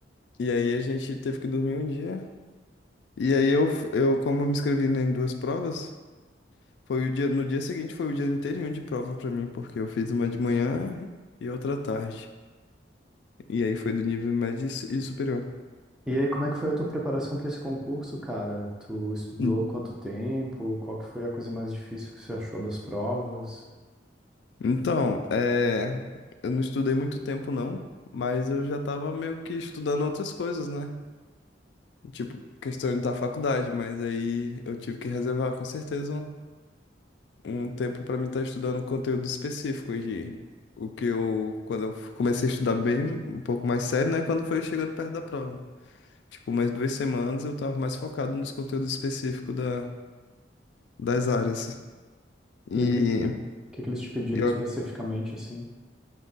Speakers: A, on the left; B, in the centre.
A: E aí a gente teve que dormir um dia. E aí eu, eu como eu me inscrevi em duas provas. Foi o dia, no dia seguinte foi o dia inteirinho de prova pra mim, porque eu fiz uma de manhã e outra à tarde. E aí foi do nível médio e su- e superior.
B: E aí, como é que foi a tua preparação para esse concurso, cara? Tu estudou
A: En-
B: quanto tempo? Qual que foi a coisa mais difícil que você achou das provas?
A: Então, é, eu não estudei muito tempo não, mas eu já tava meio que estudando outras coisas, né? Tipo, questões da faculdade, mas aí eu tive que reservar com certeza um, um tempo pra mim estar estudando conteúdo específico de o que eu quando eu comecei a estudar bem, um pouco mais sério, né, quando foi chegando perto da prova. Tipo, mais duas semanas eu tava mais focado nos conteúdos específicos da, das áreas. E,
B: E o que, o que que eles te pediram
A: e eu,
B: especificamente, assim?